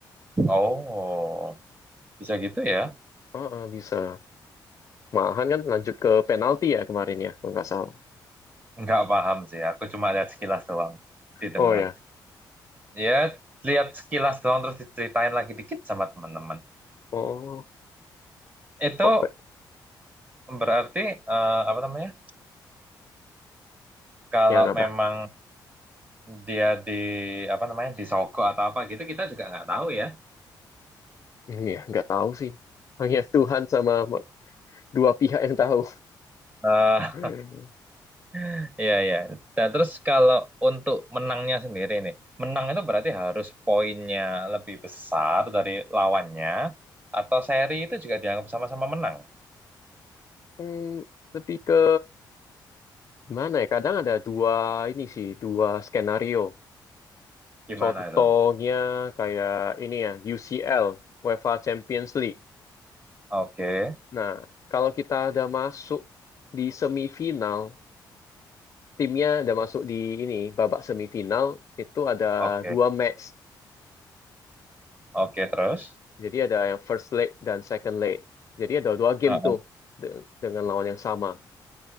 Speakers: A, on the right (about 20°); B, on the left (about 40°).
A: Oh, bisa gitu ya?
B: Oh, bisa. Malahan kan lanjut ke penalti ya kemarin ya, kalau nggak salah.
A: Nggak paham sih, aku cuma lihat sekilas doang di tengah.
B: Oh ya,
A: Ya, lihat sekilas doang terus diceritain lagi dikit sama teman-teman.
B: oh
A: Itu
B: kok pe-
A: berarti eh, apa namanya? Kalau
B: yang apa?
A: memang dia di apa namanya disogok atau apa gitu kita juga nggak tahu ya.
B: Ini ya, nggak tahu sih. Hanya Tuhan sama ma- dua pihak yang tahu.
A: Eh,
B: <laughs>
A: <laughs> iya iya. Nah, terus kalau untuk menangnya sendiri nih, menang itu berarti harus poinnya lebih besar dari lawannya atau seri itu juga dianggap sama-sama menang.
B: Hmm, lebih ke gimana ya? Kadang ada dua ini sih, dua skenario.
A: Gimana
B: Contohnya
A: itu?
B: kayak ini ya, UCL, UEFA Champions League.
A: Oke,
B: Nah, kalau kita ada masuk di semifinal, timnya ada masuk di ini babak semifinal itu ada
A: oke.
B: dua match.
A: Oke, terus.
B: Jadi ada yang first leg dan second leg. Jadi ada dua game
A: Nah,
B: tuh de- dengan lawan yang sama.